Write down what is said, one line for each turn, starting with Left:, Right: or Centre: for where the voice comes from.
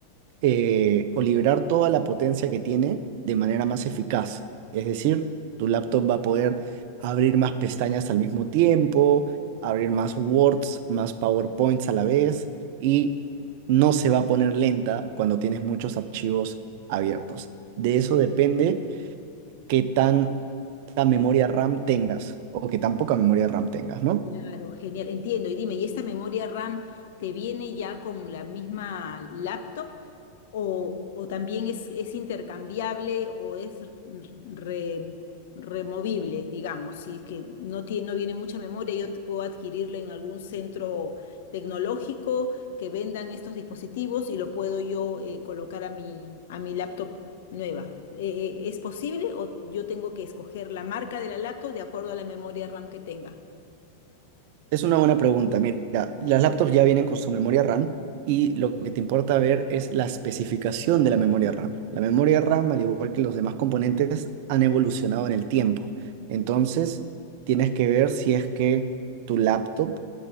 Right: eh, o liberar toda la potencia que tiene de manera más eficaz. Es decir, tu laptop va a poder abrir más pestañas al mismo tiempo, abrir más Words, más PowerPoints a la vez y no se va a poner lenta cuando tienes muchos archivos abiertos. De eso depende qué tan, tan memoria RAM tengas o qué tan poca memoria RAM tengas, ¿no?
Left: Claro, genial, entiendo. Y dime, ¿y esta memoria RAM te viene ya con la misma laptop o, o también es, es intercambiable o es re- removible, digamos, si es que no tiene, no viene mucha memoria, yo te- puedo adquirirla en algún centro tecnológico que vendan estos dispositivos y lo puedo yo eh, colocar a mi, a mi laptop nueva. Eh, eh, ¿es posible o yo tengo que escoger la marca de la laptop de acuerdo a la memoria RAM que tenga?
Right: Es una buena pregunta. Mira, las laptops ya vienen con su memoria RAM y lo que te importa ver es la especificación de la memoria RAM. La memoria RAM, al igual que los demás componentes, han evolucionado en el tiempo. Entonces, tienes que ver si es que tu laptop